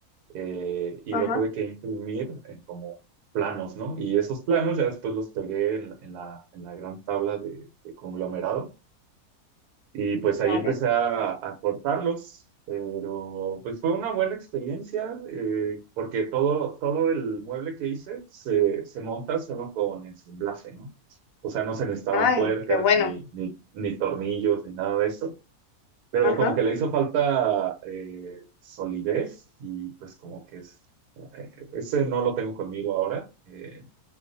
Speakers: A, on the right (about 80°); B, on the left (about 70°).
A: eh, y
B: Ajá.
A: lo tuve que imprimir en como planos, ¿no? Y esos planos ya después los pegué en, la, en la en la gran tabla de de conglomerado y pues
B: Vale.
A: ahí empecé a, a cortarlos, pero pues fue una buena experiencia eh, porque todo, todo el mueble que hice se, se monta solo con ensamblaje, ¿no? O sea, no se necesitaban
B: Ay,
A: tuercas
B: qué bueno.
A: ni, ni, ni tornillos ni nada de eso, pero
B: Ajá.
A: como que le hizo falta eh, solidez y pues como que es, eh, ese no lo tengo conmigo ahora. Eh,